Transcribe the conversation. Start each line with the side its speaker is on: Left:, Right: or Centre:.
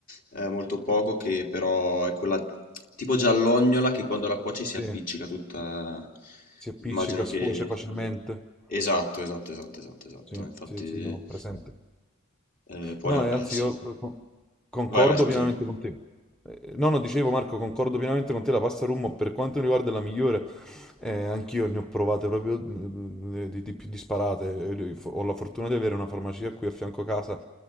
Left: eh, molto poco, che però è quella tipo giallognola che quando la cuoci
Centre: sì,
Left: si appiccica tutta.
Centre: si appiccica,
Left: Immagino
Centre: scuoce
Left: che
Centre: facilmente.
Left: Esatto, esatto, esatto, esatto, esatto.
Centre: Sì,
Left: Infatti,
Centre: sì, sì, no, presente.
Left: eh, poi
Centre: No,
Left: vabbè,
Centre: eh, anzi,
Left: sì.
Centre: io eh, con- concordo
Left: Vai, vai, scusami.
Centre: pienamente con te. Eh, No, no, dicevo Marco, concordo pienamente con te, la pasta rummo per quanto mi riguarda è la migliore. Eh, anch'io ne ho provate proprio mm, mm, eh, di, di più disparate. Eh, fo- Ho la fortuna di avere una farmacia qui a fianco a casa